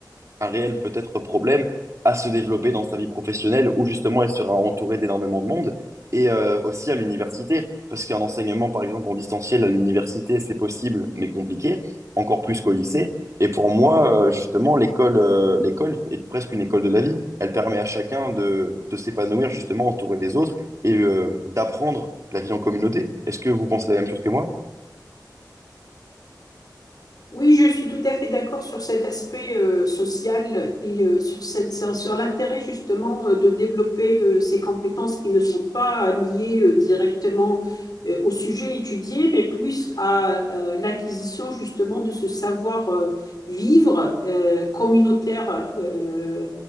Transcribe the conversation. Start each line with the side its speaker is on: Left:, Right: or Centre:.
Right: un réel peut-être problème à se développer dans sa vie professionnelle où justement elle sera entourée d'énormément de monde et euh, aussi à l'université. Parce qu'un enseignement, par exemple, en distanciel à l'université, c'est possible, mais compliqué, encore plus qu'au lycée. Et pour moi, euh, justement, l'école, euh, l'école est presque une école de la vie. Elle permet à chacun de, de s'épanouir, justement, entouré des autres et euh, d'apprendre la vie en communauté. Est-ce que vous pensez la même chose que moi?
Left: Oui, je suis tout à fait d'accord sur cet aspect euh, social et euh, sur cette, sur sur l'intérêt justement euh, de développer euh, ces compétences qui ne sont pas euh, liées euh, directement euh, au sujet étudié, mais plus à euh, l'acquisition justement de ce savoir-vivre communautaire. euh,